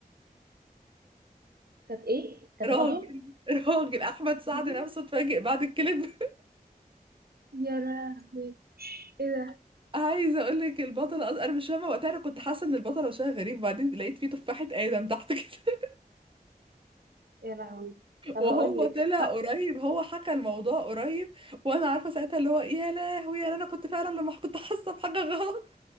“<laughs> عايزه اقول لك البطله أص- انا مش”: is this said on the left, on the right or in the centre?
Right